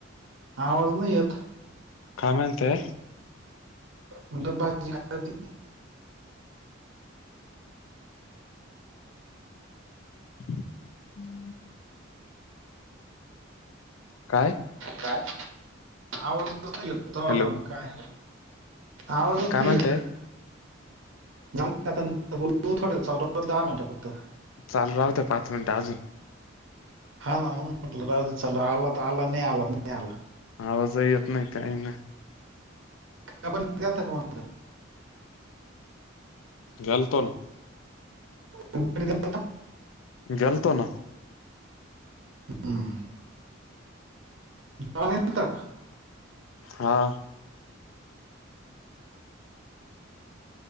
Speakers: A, on the right; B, on the left.
A: आवाज नाही येत.
B: काय म्हणताय?
A: म्हणल भाजी काय होती?
B: <inaudible> काय?
A: काय आवाज नव्हता येत
B: हॅलो
A: <unintelligible> काय आवाजच
B: काय
A: नाही
B: म्हणताय
A: येत <unintelligible> दहा मिनिटं फक्त.
B: चालू राहु दया पाच मिनट अजून.
A: हा ना म्हणून म्हटलं राहु दे चालू, आला तर आला नाही आला तर नाही आला.
B: आवाज ही येत नाही काय ही नाही.
A: कंपनीत गेलंता <unintelligible>
B: गेलतो ना.
A: <unintelligible>
B: गेलतो ना.
A: हम्म हम्म. <unintelligible>
B: हा.